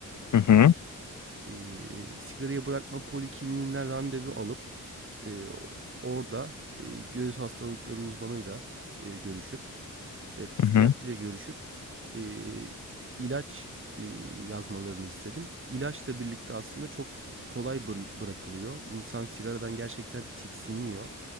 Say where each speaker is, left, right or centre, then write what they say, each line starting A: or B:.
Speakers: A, on the left; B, on the right.
A: hı hı,
B: E, sigarayı bırakma polikliniğinden randevu alıp e, orada e, göğüs hastalıkları uzmanıyla e, görüşüp ve psikiyatriyle
A: hı hı.
B: görüşüp, eee, ilaç, eee, yazmalarını istedim. İlaçla birlikte aslında çok kolay bırakılıyor. İnsan sigaradan gerçekten tiksiniyor.